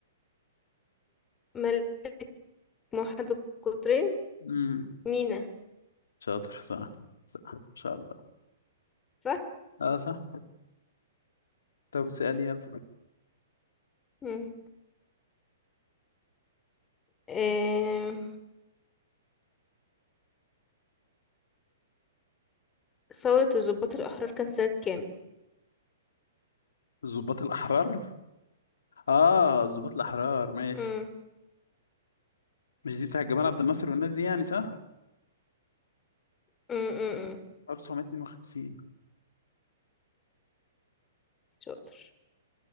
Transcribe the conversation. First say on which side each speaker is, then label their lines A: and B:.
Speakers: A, on the left; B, on the left.
A: ملك موحد القطرين
B: مم.
A: مينا
B: شاطر صح صح ان شاء الله
A: صح؟
B: اه صح طب اسأل يلا
A: مم. آه... ثورة الضباط الأحرار كانت سنة كام؟
B: الضباط الأحرار اه الضباط الأحرار ماشي
A: مم.
B: مش دي بتاع جمال عبد الناصر والناس دي يعني صح
A: مم. مم. مم.
B: 1952
A: شاطر